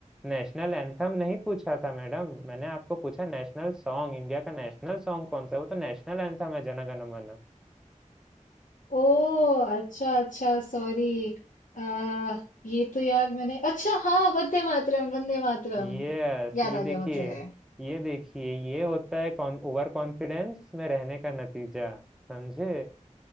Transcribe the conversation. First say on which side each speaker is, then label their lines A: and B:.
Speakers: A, in the centre; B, on the left.
A: नेशनल एंथम नहीं पूछा था मैडम मैंने आपको पूछा नेशनल सॉन्ग इंडिया का नेशनल सॉन्ग कौन सा है वो तो नेशनल एंथम है जन गण मन
B: ओह अच्छा अच्छा सॉरी आ ये तो यार मैंने अच्छा हाँ वंदे मातरम वंदे मातरम
A: यस
B: याद
A: ये
B: आ
A: देखिए
B: गया मुझे
A: ये देखिए ये होता है कौन ओवर कॉन्फिडेंस में रहने का नतीजा समझे